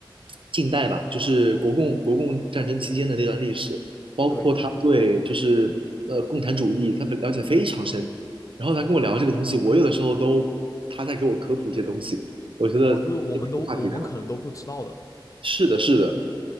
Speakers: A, on the right; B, on the left.
A: 近代吧，就是国共国共战争期间的那段历史，包括他对就是呃共产主义，
B: 对，
A: 他了解非常深。然后他跟我聊这个东西，我有的时候都他在给我科普一些东西，我觉得就没话题聊。
B: 哦，就是我们都我们可能都不知道的。
A: 是的，是的，